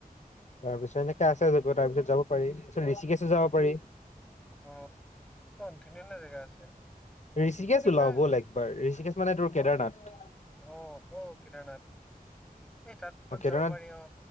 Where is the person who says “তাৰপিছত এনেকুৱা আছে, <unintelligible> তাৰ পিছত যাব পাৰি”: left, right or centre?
Left